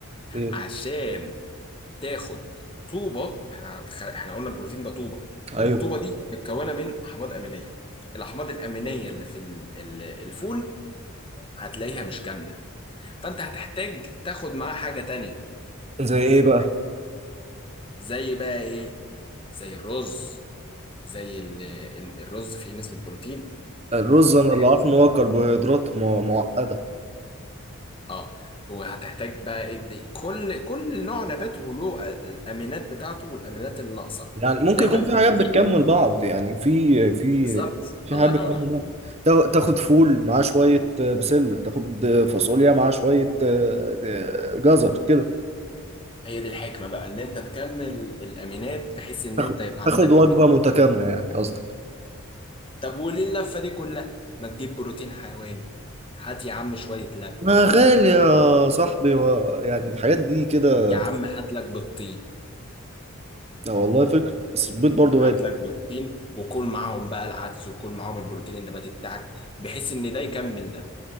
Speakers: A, on the right; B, on the left.
A: ايه
B: عشان تاخد طوبه احنا هتخ... احنا قلنا البروتين ده طوبه
A: ايوه
B: والطوبه دي متكونه من احماض امينيه الاحماض الامينيه اللي في ال- ال- الفول هتلاقيها مش كامله فانت هتحتاج تاخد معاه حاجه تانية
A: زي ايه
B: واخد
A: بقى
B: بالك زي بقى ايه زي الرز زي ال... ال- الرز فيه نسبه بروتين
A: الرز
B: صغيره
A: انا اللي عارفه ان هو كربوهيدرات مع- معقدة
B: اه وهتحتاج بقى إيه دي- كل كل نوع نبات وله الامينات بتاعته والامينات الناقصه
A: يعني ممكن
B: دايما
A: يكون
B: ب-
A: في حاجات
B: في
A: بتكمل
B: أم-
A: بعض يعني في في
B: بالظبط
A: في
B: الله
A: حاجات بتكمل
B: ينور عليك
A: بعض تا- تاخد فول معاه شوية آه، بسلة تاخد آه، فاصوليا معاه شوية آه، آه، جزر كده
B: هي دي الحكمه بقى ان انت تكمل الامينات بحيث ان
A: تاخد
B: انت يبقى عندك
A: تاخد وجبة
B: بروتين
A: متكاملة يعني قصدك
B: طب وليه اللفه دي كلها ما تجيب بروتين حيواني هات يا عم شويه لبن
A: ما غالي يا صاحبي و... يعني الحاجات دي كده
B: يا عم
A: بس...
B: هات لك بيضتين
A: آه والله فكرة بس البيض برضه غالي
B: هات لك بيضتين وكل معاهم بقى العدس وكل معاهم البروتين النباتي بتاعك بحيث ان ده يكمل ده